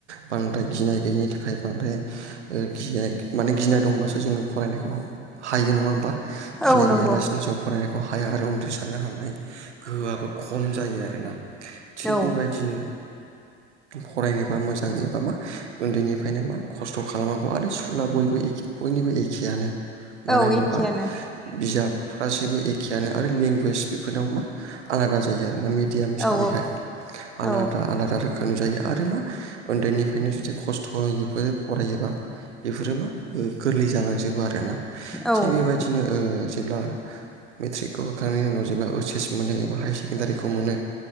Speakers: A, on the right; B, in the centre.
A: बांद्राय गिनाय गैयिनि थाखाय बांद्राय गिनाय माने गिनाय दंबासो जोङो फरायनायखौ हायो नंङा होमबा? गिनाय
B: औ नंगौ
A: गैयालासिनो जों फरायनाय खौ हाया आरो उन्द्रि सारनो हानाय गोहोआबो खम जायो आरोना थिग
B: औ
A: बेबायदिनो फरायनो बा मोजां एबा मा उन्दैनिफ्रायनो मा खस्थ' खालामनांगौ आरो स्कुला बयबो एखे बयनिबो एखेयानो मानो
B: औ
A: होनोबा
B: एखेयानो
A: बिजाबफ्रा जेबो एखेयानो आरो लेंगुवेज बेफोरनाव मा आलादा जायो आरोना मे दियाम हिसाबैखाय
B: औ
A: आलादा
B: औ
A: आलादा रोखोमनि जायो आरो मा उन्दैनिफ्रायनो जुदि खस्थ'बो फरायोबा बेफोरो मा गोरलै जालांजोबो आरोना
B: औ
A: थिग बेबायदिनो ओ जेब्ला मेट्रिकखौ होखांनायनि उनाव जेब्ला ओइस एस मोनो एबा हायार सेकेण्डारिखौ मोनो